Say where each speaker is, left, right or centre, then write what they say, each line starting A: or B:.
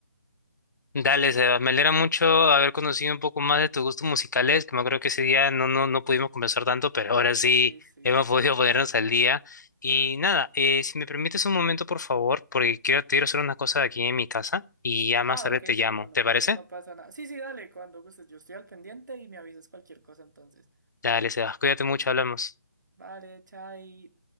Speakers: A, on the left (about 65°); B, on the right (about 70°).
A: Dale, Seba, me alegra mucho haber conocido un poco más de tus gustos musicales, que me acuerdo que ese día no, no, no pudimos conversar tanto, pero
B: Ah,
A: ahora
B: ok,
A: sí
B: sí, sí.
A: <laughs> hemos podido ponernos al día. Y nada, eh, si me permites un momento, por favor, porque quiero, quiero hacer una cosa aquí en mi casa y ya
B: Ah,
A: más tarde
B: ok,
A: te llamo,
B: sí, no, no,
A: ¿te parece?
B: no, no pasa nada. Sí, sí, dale, cuando gustes, yo estoy al pendiente y me avisas cualquier cosa entonces.
A: Dale, Seba, cuídate mucho, hablamos.
B: Vale, chai.